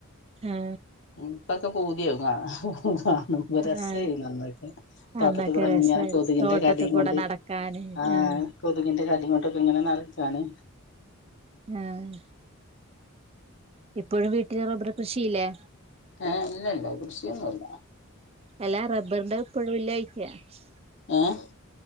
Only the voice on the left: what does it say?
ഉം പകം പൂതിയെങ്ങാണ് കാണുമ്പോ രസമായിരുന്നു
അന്നൊക്കെ തോട്ടത്തിക്കുടിങ്ങനെ
കൊതുകിന്റെ
കടിയും
കൊണ്ട്
ആഹ്
കൊതുകിന്റെ കടിയും കൊണ്ട് ഉം ഇപ്പൊക്കേ ഇങ്ങനെ നടച്ചാനെ
ആഹ് ഇല്ലില്ല കൃഷിയൊന്നുമില്ല
ഏഹ്